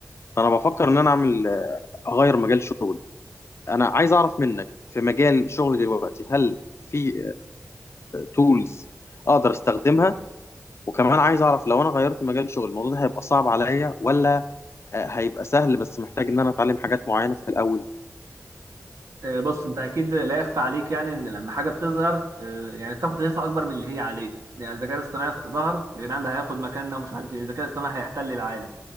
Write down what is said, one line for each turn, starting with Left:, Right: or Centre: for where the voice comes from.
Left: فانا بفكر ان انا اعمل آه، اغير مجال شغلي انا عايز اعرف منك في مجال شغلي دلوقتي هل في تولز اقدر استخدمها وكمان عايز اعرف لو انا غيرت مجال شغلي الموضوع ده هيبقى صعب عليا ولا آه، هيبقى سهل بس محتاج ان انا اتعلم حاجات معينة في الاول
Right: آه، بص انت اكيد لا يخفى عليك يعني ان لما حاجة بتظهر آه، يعني بتاخد هيصة اكبر من اللي هي عليه يعني الذكاء الاصطناعي ظهر يبقى يعني ده هياخد مكاننا ومش عارف ايه الذكاء الاصطناعي هيحتل العالم